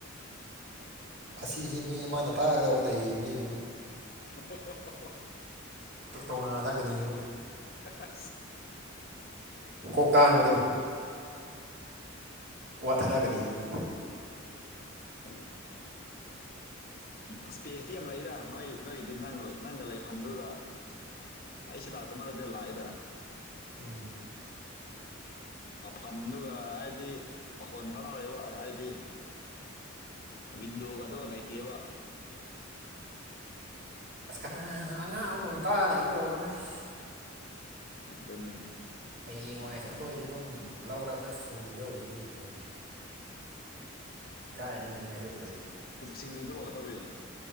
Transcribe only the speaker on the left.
ꯑꯣ
ꯑ
ꯏꯅꯦ ꯀꯅꯦ ꯏꯁꯄꯦꯁꯇꯤ ꯌꯥꯝ ꯂꯩꯗ ꯅꯣꯏ ꯅꯣꯏꯒꯤꯗꯤ ꯅ ꯅꯪꯒ ꯂꯩꯐꯝꯗꯨꯒ ꯑꯩꯁꯨ ꯂꯥꯛꯇ ꯃꯥꯟꯅꯗꯤ ꯂꯥꯛꯑꯦꯗ
ꯃꯐꯝꯗꯨꯒ ꯍꯥꯏꯗꯤ ꯃꯈꯣꯟ ꯇꯥꯅꯔꯛꯏꯕ ꯍꯥꯏꯗꯤ ꯋꯤꯟꯗꯣꯒ ꯑꯗꯣ ꯂꯩꯇꯦꯕ
ꯗꯣꯅꯤꯅꯤ
ꯁꯤꯡꯖꯨꯗ꯭ꯔꯣꯑꯣ ꯇꯕꯤ